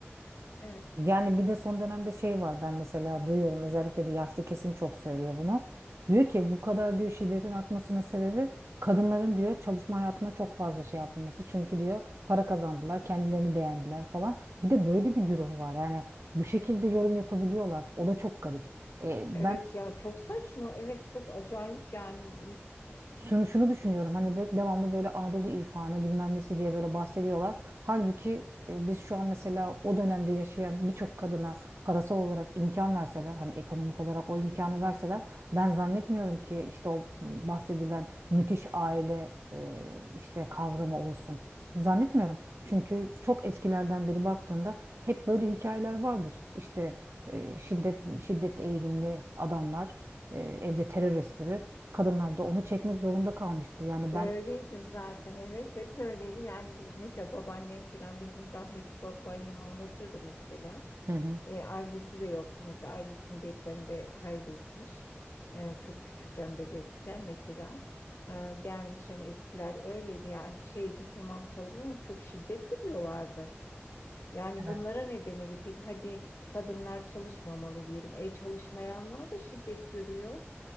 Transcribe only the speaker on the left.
<clears throat> evet.
Evet ya çok saçma. Evet çok acayip yani.
Öyleydi zaten evet hep öyleydi yani biz mesela babaannem falan benim rahmetli babaannem anlatırdı mesela
E, ailesi de yoktu mesela ailesini depremde kaybetmiş E, çok küçükken bebekken mesela E, gelmiş hani eskiler öyleydi yani şeydi tamam çalışma ama çok şiddet görüyorlardı yani bunlara
ne demeli peki hadi kadınlar çalışmamalı diyelim e çalışmayanlar da şiddet görüyor